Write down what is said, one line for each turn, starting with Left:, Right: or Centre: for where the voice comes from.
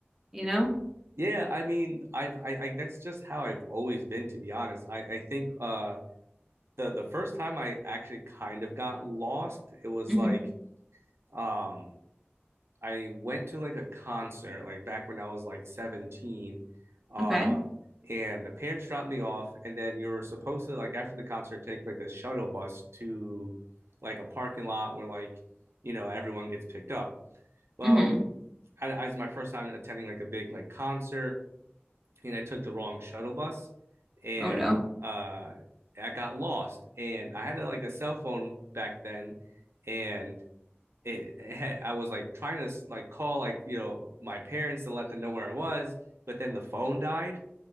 Centre: you know?
Right: Yeah, I mean, I've I, I that's just how I've always been, to be honest. I I think uh the the first time I actually kind of got lost, it was
Centre: hmm
Right: like um I went to like a concert like back when I was like 17 uh
Centre: Okay.
Right: and the parents dropped me off and then you're supposed to like after the concert take like a shuttle bus to like a parking lot where like you know everyone gets picked up. Well,
Centre: hmm
Right: I, I was my first time attending like a big like concert and I took the wrong shuttle bus and
Centre: Oh no.
Right: uh I got lost and I had a, like a cell phone back then and it, it had I was like trying to like call like you know my parents to let them know where I was but then the phone died